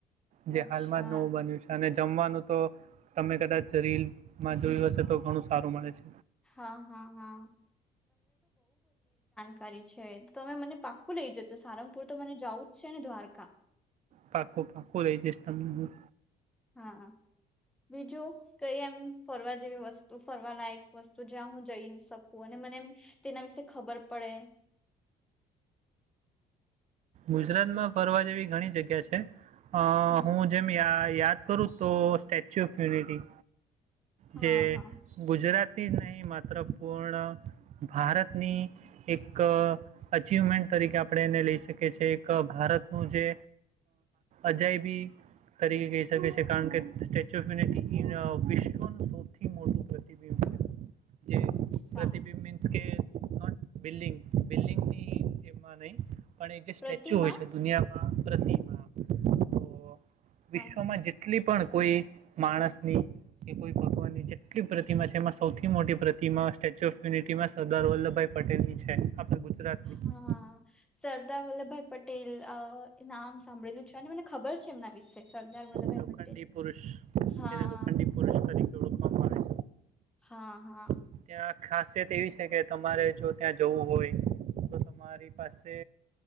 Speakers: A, on the right; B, in the centre.
A: જે
B: અચ્છા
A: હાલમાં જ નવું બન્યું છે અને જમવાનું તો તમે કદાચ રીલમાં જોયું હશે તો ઘણું સારું મલે છે.
B: હા હા હા કારી છે. તો તમે મને પાક્કું લઈ જજો સારંગપુર તો મને જવું જ છે ને દ્વારકા.
A: પાકુ પાકુ લઈ જઈશ તમને હું.
B: હા બીજું કઈ એમ ફરવા જેવી વસ્તુ ફરવા લાયક વસ્તુ જ્યાં હું જઈ શકું અને મને એમ તેના વિશે ખબર પડે.
A: ગુજરાતમાં ફરવા જેવી ઘણી જગ્યા છે. અ
B: હમ
A: હું જેમ યા યાદ કરું તો સ્ટેચ્યુ ઓફ યુનિટી
B: હા
A: જે
B: હા
A: ગુજરાત જ નહીં માત્ર પૂર્ણ ભારતની એક અચિવમેન્ટ તરીકે આપણે એને લઈ શકીએ છીએ. એક ભારતનું જે અજાયબી તરીકે કહી શકીએ છીએ. કારણ કે સ્ટેચ્યુ ઓફ યુનિટી ઇન વિશ્વ શ્વનું સૌથી મોટુ પ્રતિબિંબ છે. જે
B: સા
A: પ્રતિબિબ મીન્સ કે <inaudible> બિલ્ડિંગ બિલ્ડિંગની એમાં નહી પણ એ જે સ્ટેચ્યુ
B: પ્રતિમા
A: હોય છે દુનિયા પ્રતિમા તો વિશ્વમાં
B: હા
A: જેટલી પણ, કોઈ માણસની કે કોઈ ભગવાનની જેટલી પ્રતિમા છે. એમાં સૌથી મોટી પ્રતિમા સ્ટેચ્યુ ઓફ યુનિટીમાં સરદાર વલ્લભભાઈ પટેલની છે. આપણા ગુજરાતની
B: હા, સરદાર વલ્લભભાઈ પટેલ અ નામ સાંભળેલું છે. અને મને ખબર છે એમના વિશે સરદાર વલ્લભભાઈ
A: લોખંડી
B: પટેલ.
A: પુરુષ
B: હા
A: તેને લોખંડી પુરુષ તરીકે ઓળખવામાં આવે
B: હા હા
A: છે ત્યાં ખાસિયત એવી છે કે તમારે જો ત્યાં જવું હોય તો, તમારી પાસે